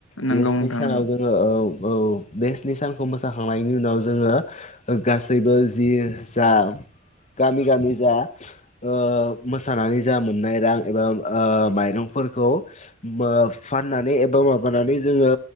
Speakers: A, on the left (about 80°); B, on the left (about 35°).
A: नोंगौ
B: बे स्नि
A: नोंथां
B: सानाव
A: नोंगौ
B: जोङो ओ औ बे स्नि सानखौ मोसाखांनायनि उनाव जोङो गासैबो जि जा- गामि-गामि जा ओ मोसानानै जा मोननाय रां एबा ओ माइरंफोरखौ मो फाननानै एबा माबानानै जोङो